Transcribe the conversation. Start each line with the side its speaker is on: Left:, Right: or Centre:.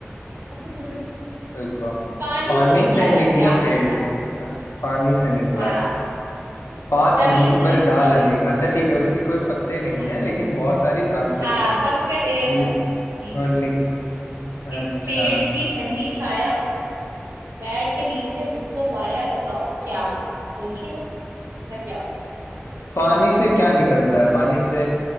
Right: <laughs>
Left: रुको
Right: पानी
Left: पानी
Right: से निकला
Left: से
Right: है
Left: निकला
Right: याद
Left: पेड़
Right: रखना
Left: अच्छा पानी से निकला
Right: हाँ
Left: है पात
Right: जमीन
Left: नहीं
Right: से
Left: पर
Right: नहीं निकला
Left: डाल अनेक
Right: है
Left: अच्छा ठीक है उसकी कोई पत्ते नहीं
Right: हाँ
Left: है लेकिन बहुत सारी ब्रांचेस
Right: हाँ,
Left: है
Right: पर उसके ढेर
Left: ल-
Right: सा जी
Left: और
Right: जी
Left: निक अच्छा
Right: इस पेड़ की ठंडी छाया बेड के नीचे उसको पाया बताओ क्या सोचो ऐसा क्या हो सकता
Left: पानी से क्या निकलता है पानी से